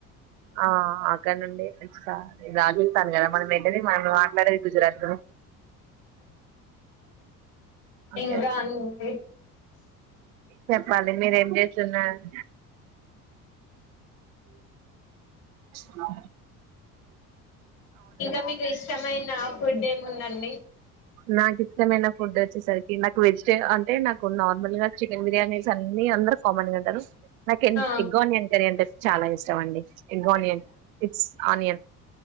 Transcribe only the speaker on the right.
ఆ అక్కడ నుండి మంచి రాజస్తాను కదా మనం వెంటనే మనం మాట్లాడే గుజరాత్ ఓకే
ఓకే
చెప్పాలి మీరేం చేస్తున్నారు <inaudible>
నాకు ఇష్టమైన ఫుడ్ వచ్చేసరికి నాకు వెజిటే అంటే నాకు నార్మల్ గా చికెన్ బిర్యానీస్ అనీ మీ అందరు కామన్ గా అంటారు నాకు ఎ
ఎగ్ ఆనియన్ కర్రీ అంటే చాలా ఇష్టం అండి egg onion it's onion